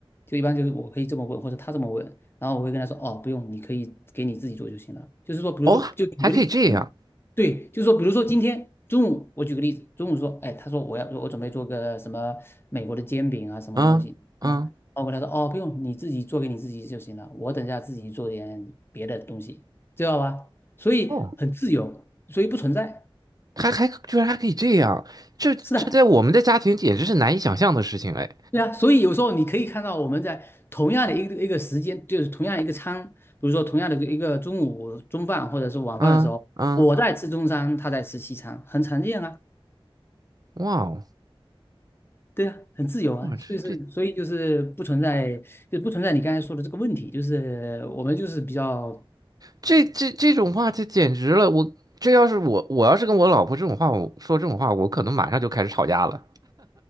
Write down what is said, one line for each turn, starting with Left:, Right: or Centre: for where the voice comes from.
Left: 就一般就是我可以这么问，或者他这么问，然后我会跟他说，哦，不用，你可以给你自己做就行了。就是说，比如说，
Right: 哦，
Left: 就举个例，
Right: 还可以这样。
Left: 对，就是说，比如说今天中午，我举个例子，中午说，哎，他说我要我准备做个什么美国的煎饼啊，什么东西，
Right: 啊啊，
Left: 什么。包括他说哦，不用，你自己做给你自己就行了，我等一下自己做点别的东西，知道吧？所以很自由，
Right: 哦，
Left: 所以不存在。
Right: 还还居然还可以这样，这这在我们的家庭简直是难以想象的事情哎！
Left: 是的，对啊，所以有时候你可以看到我们在同样的一个一个时间，就是同样一个餐，比如说同样的一个中午中饭或者是晚饭的时候，
Right: 啊啊，
Left: 我在吃中餐，他在吃西餐，很常见啊，
Right: 哇哦，
Left: 对啊，很自由啊，
Right: 我们这这
Left: 所以是所以就是不存在，就不存在你刚才说的这个问题，就是我们就是比较
Right: 这这这种话，这简直了！我这要是我我要是跟我老婆这种话，我说这种话，我可能马上就开始吵架了。